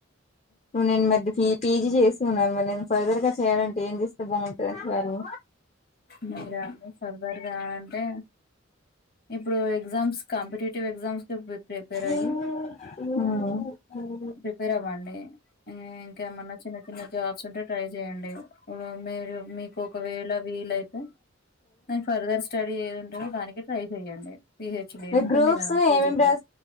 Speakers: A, on the left; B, on the left.
A: నేను మధ్య పీజీ చేసి ఉన్నాను నేను ఫర్దర్ గా అంటే ఏం జేస్తే బాగుంట దంటారు
B: మీరా ఫర్దర్ గా అంటే ఇప్పుడు ఎగ్జామ్స్ కాంపిటేటివ్ ఎగ్జామ్స్ కి ప్రిపేర్ అయ్యి
A: ఏ <unintelligible>
B: ప్రిపేర్ అవ్వండి ఇంకా ఏమన్నా చిన్న చిన్న జాబ్స్ ఉంటే ట్రై చేయండి మీరు మీకు ఒకవేళ వీలైతే దేన్ ఫర్దర్ స్టడీ ఏది ఉంటుందో దానికి ట్రై చెయ్యండి పిహెచ్డీ
A: మీ
B: ఉంటుంది
A: గ్రూప్స్
B: గదా పీజీ
A: ఏమేమి
B: తర్వాత